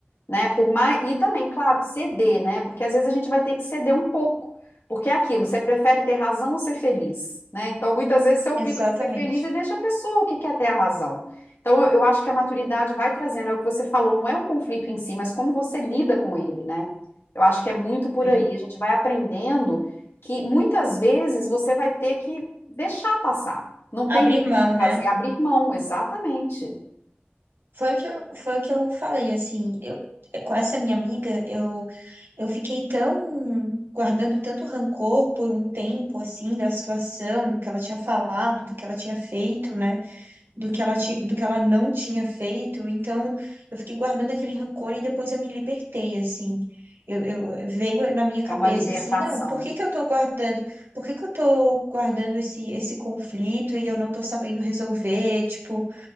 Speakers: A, on the left; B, on the right.
A: né? Por mais e também, claro, ceder, né? Porque às vezes a gente vai ter que ceder um pouco, porque é aquilo, você prefere ter razão ou ser feliz, né? Então, muitas vezes você opta
B: Exatamente.
A: por ser feliz e deixa a pessoa que quer ter a razão. Então, eu, eu acho que a maturidade vai trazendo, é o que você falou, não é o conflito em si, mas como você lida com ele, né? Eu acho que é muito por
B: É.
A: aí, a gente vai aprendendo que muitas vezes você vai ter que deixar passar. Não
B: Abrir
A: tem muito
B: mão,
A: o que
B: né?
A: fazer, abrir mão, exatamente.
B: Foi o que eu, foi o que eu falei, assim, eu, com essa minha amiga, eu, eu fiquei tão guardando tanto rancor por um tempo, assim, da situação, do que ela tinha falado, do que ela tinha feito, né? do que ela ti- do que ela não tinha feito. Então, eu fiquei guardando aquele rancor e depois eu me libertei, assim. Eu, eu- veio na minha cabeça
A: É uma libertação.
B: assim, não, por que que eu tô guardando? Por que que eu tô guardando esse esse conflito e eu não tô sabendo resolver? Tipo,